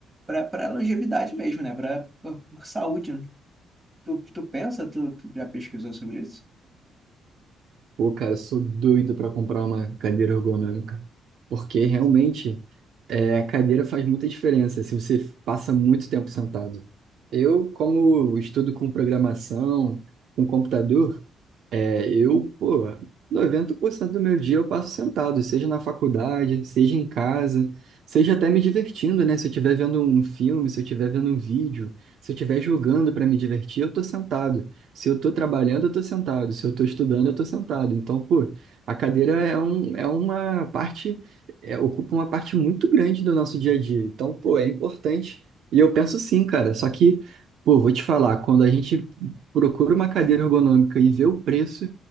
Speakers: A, on the right; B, on the right.
A: para longevidade mesmo, né? Para saúde, né? Tu, tu pensa, tu, tu já pesquisou sobre isso?
B: Pô, cara, eu sou doido para comprar uma cadeira ergonômica, porque
A: Isso.
B: realmente é, a cadeira faz muita diferença se você passa muito tempo sentado. Eu, como estudo com programação, com computador, é, eu, pô, 90% do meu dia eu passo sentado, seja na faculdade, seja em casa, seja até me divertindo, né? Se eu estiver vendo um filme, se eu estiver vendo um vídeo, se eu estiver jogando para me divertir, eu tô sentado. Se eu tô trabalhando, eu tô sentado. Se eu tô estudando, eu tô sentado. Então, pô, a cadeira é, um, é uma parte, é, ocupa uma parte muito grande do nosso dia a dia. Então, pô, é importante. E eu penso sim, cara. Só que, pô, vou te falar, quando a gente procura uma cadeira ergonômica e vê o preço,